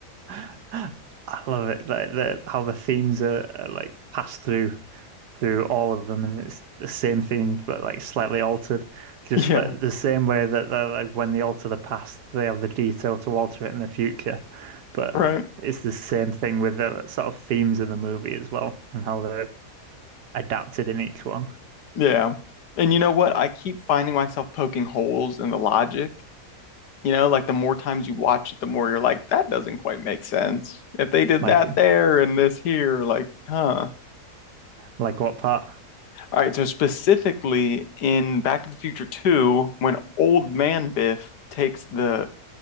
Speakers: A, on the right; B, on the left.
A: <gasps> I love it. Like the how the themes are, are like passed through through all of them, and it's the same themes but like slightly altered. Just
B: Yeah,
A: that the same way that they're, like when they alter the past, they have the detail to alter it in the future. But
B: right.
A: it's the same thing with the sort of themes of the movie as well, and how they're adapted in each one.
B: Yeah. And you know what? I keep finding myself poking holes in the logic You know, like the more times you watch it, the more you're like, that doesn't quite make sense. If they did
A: Like,
B: that there and this here, like, huh.
A: like what part?
B: All right, so specifically in Back to the Future 2, when old man Biff takes the